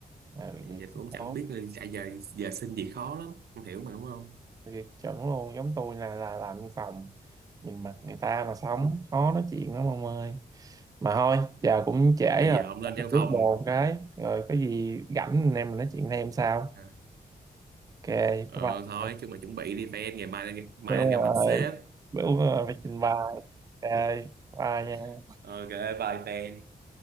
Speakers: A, on the right; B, on the right.
A: ừ,
B: thì
A: vậy
B: giờ tôi
A: cũng
B: cũng
A: tốt
B: chẳng biết là chạy giờ giờ xin việc khó lắm không hiểu mà đúng không
A: Vậy chuẩn luôn giống tôi là là làm văn phòng nhìn mặt người ta mà sống khó nói chuyện lắm ông ơi mà thôi giờ cũng trễ
B: thì
A: rồi
B: giờ ông lên
A: Tôi
B: văn
A: bước
B: phòng
A: bồ cái rồi có gì rảnh anh em mình nói chuyện thêm sao
B: À.
A: ok bye
B: ờ
A: bye
B: thôi chứ mà chuẩn bị đi fan ngày mai lên- mai
A: bữa, ờ,
B: lên gặp mặt sếp
A: bữa ờ, phải trình bày ok bye nha
B: <laughs> ok bye fan